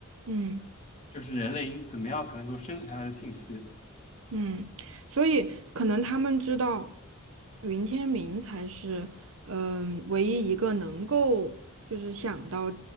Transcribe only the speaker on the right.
嗯
嗯，所以可能他们知道云天明才是嗯、唯一一个能够就是想到